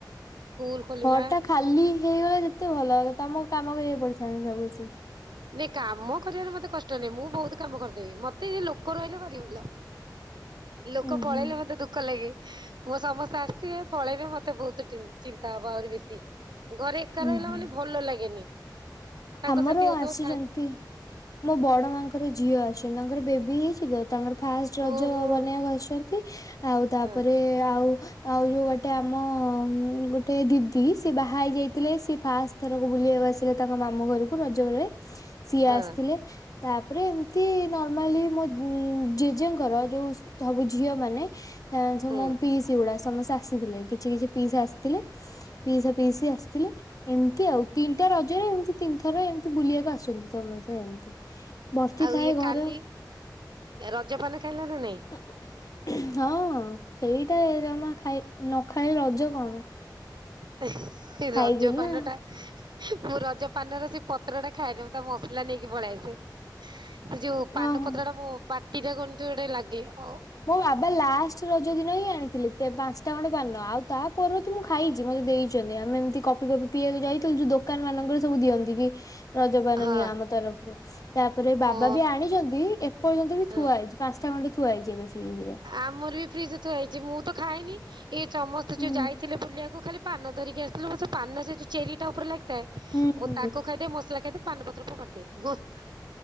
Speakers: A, on the right; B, on the left.
A: ସ୍କୁଲ ଖୋଲିଲା।
B: ଘର ଟା ଖାଲି। ଖାଲି ହେଇଗଲେ ଯେତେ ଭଲ ହେଲା, ତମକୁ କାମ କରିବାକୁ ପଡିଥାନ୍ତା ସବୁ କିଛି।
A: ନାଇଁ, କାମ କରିବାରେ ମତେ କଷ୍ଟ ନାହିଁ। ମୁଁ ବହୁତ କାମ କରିଦେବି। ମତେ ଲୋକ ରହିଲେ ଭାରି ଭଲ। ଲୋକ
B: ଉୁଁ
A: ପଳେଇଲେ
B: ହୁଁ
A: ମତେ ଦୁଃଖ ଲାଗେ, ମୁଁ ସମସ୍ତେ ଆସିଥିବେ, ପଳେଇବେ, ମତେ ବହୁତ ଚିନ୍ତା ହବ, ଆହୁରି ବେଶି। ଘରେ ଏକା
B: ଉୁଁ
A: ରହିଲା
B: ହୁଁ
A: ମାନେ ଭଲ ଲାଗେନି, ସାଙ୍ଗସାଥି
B: ଆମର
A: ହେଉଥିବ।
B: ଆସିଛନ୍ତି ମୋ ବଡ ମାଙ୍କର ଝିଅ ଆସଛନ୍ତି। ତାଙ୍କର ବେବି ହେଇଛି, ତ ତାଙ୍କର ଫାଷ୍ଟ ରଜ
A: ଓହୋ
B: ବନେଇବାକୁ ଆସିଛନ୍ତି ଆଉ ତାପରେ
A: ହଁ
B: ଆଉ ଆଉ ଯୋଉ ଗୋଟେ ଆମ ଗୋଟେ ଦିଦି, ସେ ବାହା ହେଇ ଯାଇ ଥିଲେ। ସିଏ ଫାଷ୍ଟ ଥରକୁ ବୁଲିବାକୁ ଆସିଲେ ତାଙ୍କ ମାମୁଁ ଘରକୁ ରଜବେଳେ ସିଏ
A: ହଁ
B: ଆସିଥିଲେ। ତାପରେ ଏମିତି ନର୍ମାଲ, ମୋ ଜେଜେଙ୍କର ଯୋଉ ସବୁ ଝିଅ ମାନେ ସବୁ
A: ହୁଁ
B: ମୋ ପିଉସ ଗୁଡା, ସମସ୍ତେ ଆସିଥିଲେ। କିଛି କିଛି ପିଉସା ଆସିଥିଲେ ପିଉସି ପିଉସା ଆସିଥିଲେ। ଏମିତି ଆଉ ତିନିଟା ରଜରେ, ଏମିତି ତିନି ଥର ଏମିତି ବୁଲିବାକୁ ଆସୁଛନ୍ତି ସମସ୍ତେ। <unintelligible> ଏମିତି। ବର୍ତ୍ତି
A: ଆଉ
B: ଥାଏ
A: ଇଏ
B: ଘର।
A: କାଲି ରଜପାନ ଖାଇଲାଣି ନାଇଁ?
B: <inaudible> <unintelligible> ହଁ, ସେଇଟା ଜମା ଖାଇ ନ ଖାଇଲେ ରଜ କଣ?
A: <unintelligible>
B: ଖାଇଥିଲି
A: ରଜ ପାନ
B: ନା
A: ଟା <unintelligible> ମୁଁ ରଜ ପାନର ସେ ପତ୍ରଟା ଖାଏନି, ମୁଁ ତା ମସଲା ନେଇକି ପଳାଇଆସେ। ସେ ଯୋଉ ପାନପତ୍ରଟା,
B: ଓହୋ
A: ମୋ ପାଟିଟା କଣ ଗୋଟେ ଲାଗେ ଆ।
B: ମୋ ବାବା ଲାଷ୍ଟ ସେ ରଜ ଦିନ ହିଁ ଆଣିଥିଲି। ତେବେ ପାଞ୍ଚଟା ଖଣ୍ଡେ ପାନ ଆଉ ତାପରେ ତ ମୁଁ ଖାଇଛି। ମୋତେ ଦେଇଛନ୍ତି, ଆମେ ଏମିତି କଫି କଫି ପିଇବାକୁ ଯାଇଥିଲୁ, ଯୋଉ ଦୋକାନ ମାନଙ୍କରେ ସବୁ ଦିଅନ୍ତି କି? ରଜପାନ
A: ହଁ
B: ନିଅ, ଆମ ତରଫରୁ। ତାପରେ ବାବା
A: ଓ
B: ବି ଆଣିଛନ୍ତି, ଏପର୍ଯ୍ୟନ୍ତ ବି
A: ହଁ
B: ଥୁଆ ହେଇଛି। ପାଞ୍ଚଟା ଖଣ୍ଡେ ଥୁଆ ହେଇଛି ଏବେ ଫ୍ରିଜରେ।
A: ଆମର ବି ଫ୍ରିଜରେ ଥୁଆ ହେଇଛି। ମୁଁ ତ ଖାଇଏନି, ଏଇ ସମସ୍ତେ
B: ହୁଁ
A: ଯୋଉ ଯାଇଥିଲେ ବୁଲିବାକୁ, ଖାଲି ପାନ ଧରିକି ଆସିଥିଲେ। ସେ ପାନ ସେଉ ଚେରି ଟା ଉପରେ ଲାଗିଥାଏ,
B: ହୁଁ
A: ଓ
B: ହୁଁ
A: ତାକୁ
B: ହୁଁ
A: ଖାଇଦେ ମସଲା ଖାଇଦେ ପାନ ପତ୍ର ଫୋପାଡି ଦିଏ। <unintelligible>